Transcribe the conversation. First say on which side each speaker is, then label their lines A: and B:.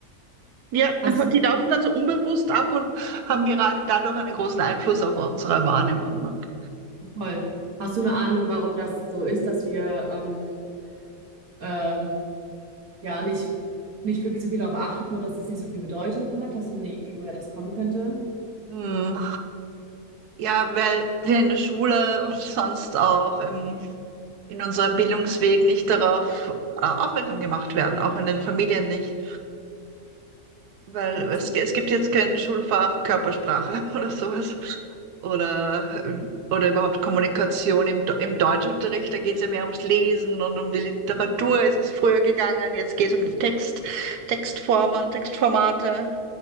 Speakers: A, on the right; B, on the right.
A: Ja,
B: Hast du
A: die laufen dann so unbewusst ab und haben gerade dadurch einen großen Einfluss auf unsere Wahrnehmung. Und,
B: Voll. Hast du eine Ahnung, warum das so ist, dass wir ähm, ähm, ja nicht, nicht wirklich so viel darauf achten oder dass es nicht so viel Bedeutung hat? Hast du eine Idee, woher das kommen könnte?
A: hm, ja, weil wir in der Schule und sonst auch im, in unserem Bildungsweg nicht darauf äh, aufmerksam gemacht werden, auch in den Familien nicht. Weil
B: Und
A: es,
B: das,
A: es gibt jetzt kein Schulfach Körpersprache <laughs> oder sowas. Oder, ähm, oder überhaupt Kommunikation im, Do- im Deutschunterricht. Da geht es ja mehr ums Lesen und um die Literatur ist es früher gegangen. Jetzt geht es um die Text, Textformen, Textformate.